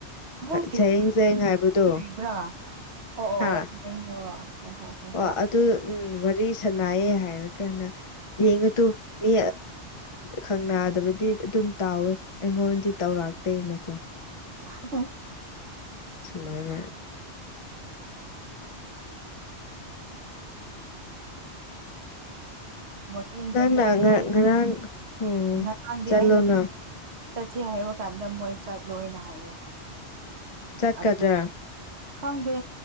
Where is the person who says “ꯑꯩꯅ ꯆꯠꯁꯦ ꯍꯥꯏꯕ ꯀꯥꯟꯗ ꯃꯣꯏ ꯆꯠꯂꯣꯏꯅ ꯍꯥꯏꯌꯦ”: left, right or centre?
Right